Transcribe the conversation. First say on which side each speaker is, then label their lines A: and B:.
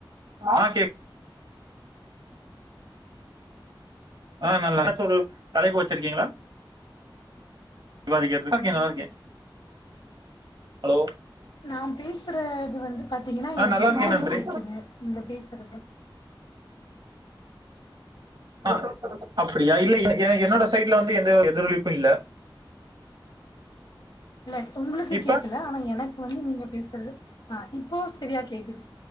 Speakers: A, on the right (about 60°); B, on the left (about 60°).
A: ஹலோ ஆ நல்லா எதாச்ச ஒரு தலைப்பு வச்சிரிக்கீங்களா விவாதிக்கரது நல்லாருக்கே ஹலோ
B: நா பேசுற இது வந்து பாத்தீங்கன்னா
A: ஆ
B: எனக்கு
A: நல்லா
B: எதிரொலி
A: இருக்கே நண்பரே
B: கேட்குது நீங்க பேசுறது
A: அ அப்படியா இல்ல எ என்னோட சைட்ல வந்து எந்த எதிரொலிப்பும் இல்ல
B: இல்ல உங்களுக்கு
A: இப்ப
B: கேக்கல ஆனா எனக்கு வந்து நீங்க பேசறது ஆ இப்போ சரியா கேக்குது